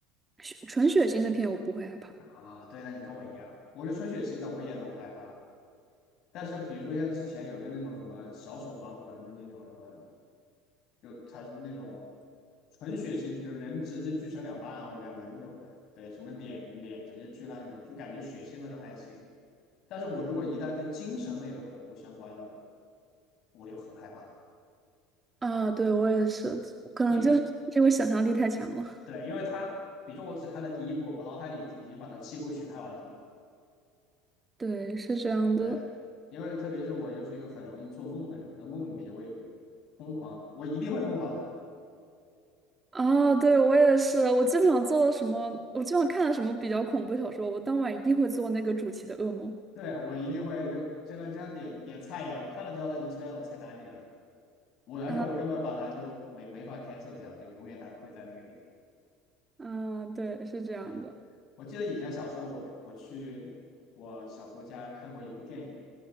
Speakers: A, on the right; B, on the left.
A: 血纯血腥的片我不会害怕
B: 啊，对，那你跟我一样，我是纯血腥的，我演的不害怕。但是比如说像之前有个那种什么小丑防魂的那种什么，就他是那种纯血腥，比如人直接锯成两半啊或者干嘛的那种，对，什么脸脸直接锯烂那种，就感觉血腥的都还行。但是我如果一旦跟精神类的恐怖相关的，我就很害怕，
A: 啊，对我也是，可能就是因为想象力太强了。
B: 因为对，
A: <laughs>
B: 因为他，比如说我只看了第一部，我脑海里已经把它七部曲拍完了。
A: 对，是这样的
B: 对，因为特别是我又是一个很容易做梦的人，我在梦里面就会疯狂，我一定会梦到他。
A: 啊，对我也是，我基本上做了什么，我基本上看了什么比较恐怖小说，我当晚一定会做那个主题的噩梦。
B: 对啊，我一定会就就像就像点点菜一样，我看了之后他已经出现在我菜单里了，我而且我根本把它就没没法
A: 啊
B: cancel 掉，就永远它会在那个地方。
A: 啊，对，是这样的。
B: 是的，我记得以前小时候我我去我小姑家看过一部电影，